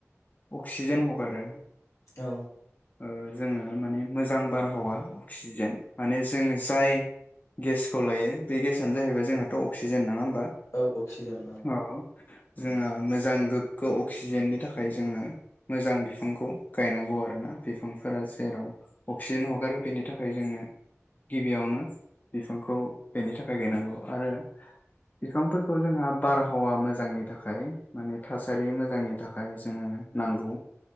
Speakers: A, on the left (about 35°); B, on the left (about 85°).
A: अक्सिजेन हगारो।
B: औ
A: ओ जोङो माने मोजां बारहावा अक्सिजेन माने जों जाय गेसखौ लायो बे गेसआ जाहैबाय जोंहाथ' अक्सिजेन नङा होन बा
B: औ अक्सिजेन
A: औ। जोङो मोजां गोग्गो अक्सिजेननि थाखाय जोङो मोजां बिफांखौ गायनांगौ आरो ना बिफांफोरा जेराव अक्सिजेन हगारो बेनि थाखाय जोङो गिबियावनो बिफांखौ बेनि थाखाय गायनांगौ आरो बिफांफोरखौ जोंहा बारहावा मोजांनि थाखाय माने थासारि मोजांनि थाखाय जोङो नांगौ